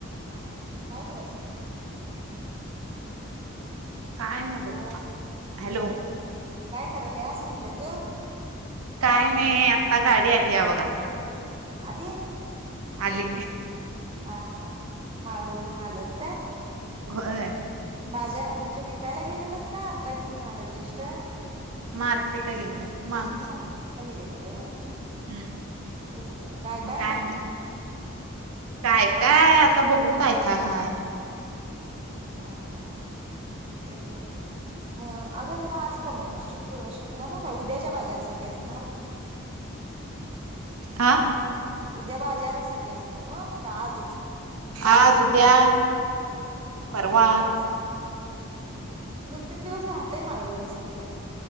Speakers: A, on the right; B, on the right.
A: हा काय करायले
B: काय नाही
A: हॅलो
B: बघ हॅलो
A: काय करायल्यास म्हटलं ग.
B: काय नाही आता गाडी आली या बघा.
A: आली?
B: आली
A: हा हा माळव घेऊन आल्यात काय?
B: होय
A: बाजा म्हणजे विकायला गेलेत का आत्ता घेऊन नालज जष्ट
B: मार्केटला गेलेले. माग
A: मार्केटला गेलेल्यात ते
B: हम्म
A: तेच म्हटलं काय,
B: मग
A: काय हाय
B: आणि
A: ग?
B: काय, काय आता बघू काय, काय हाय.
A: हा, हा तेच म्हटलं म अगं खरं आज कोण वार शुक्रवार शनिवार न का उद्याच्या बाजारसाठी असणार?
B: आ
A: उद्या बाजारासाठी असणार नवं? का आजच जायला
B: आज उद्या
A: हा
B: परवा.
A: उद्या कस हम्म. दोन तीन दिवस राहतय माळव व्यवस चित काय